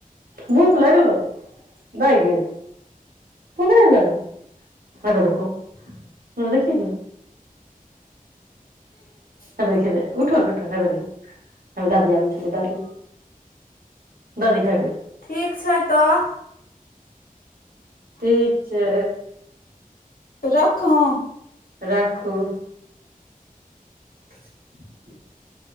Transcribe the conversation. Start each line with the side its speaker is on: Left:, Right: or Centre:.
Right: भूख लगलै दाय गे। पकड़े लागल हब देखू ह देखिय ने। <unintelligible>
Left: <unintelligible>
Right: हं उठो ने उठ, हुए दादी आबे छै दादी। दादी खाय देबै।
Left: ठीक छै तऽ।
Right: ठीक छै।
Left: रखूं।
Right: राखू। <unintelligible>